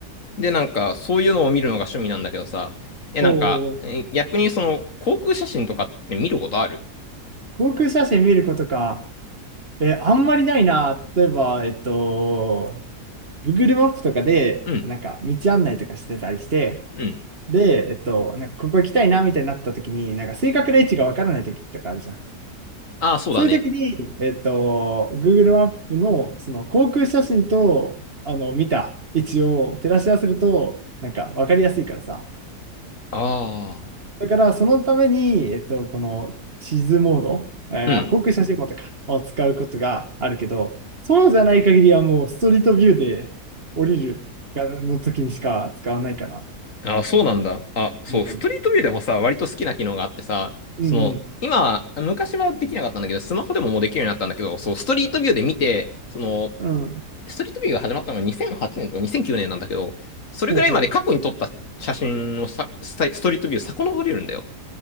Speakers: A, on the left; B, on the right.
A: う。で、なんか、そういうのを見るのが趣味なんだけどさ、え、
B: おお、
A: なんか、え逆にその、航空写真とかって見ることある
B: 航空写真見ることか。え、あんまりないな。例えば、えっと、Google マップとかで、
A: うん、
B: なんか、道案内とかしてたりして、
A: うん。
B: で、えっと、なんかここ行きたいな、みたいになったときに、なんか、正確な位置がわからないときとかあるじゃん。
A: ああ、そうだね。
B: そういう時に、えっと、Google マップのその航空写真とあの見た位置を照らし合わせると、なんか分かりやすいからさ。
A: ああ。
B: だからそのために、えっと、この地図モード、えー航空写真モードか、
A: うん。
B: を使うことがあるけど、そうじゃない限りはもうストリートビューで降りるがの時にしか使わないかな。
A: あ、そうなんだ。あ、そう、
B: うん。
A: ストリートビューでもさ、割と好きな機能があってさ、
B: うん
A: その、今、昔はできなかったんだけど、スマホでももうできるようになったんだけど、そう、ストリートビューで見て、その、
B: うん。うん。
A: ストリートビューが始まったのが2008年とか2009年なんだけど、それぐらいまで過去に撮った写真をさ、
B: ほうほ
A: スタストリートビュー遡れるんだよ。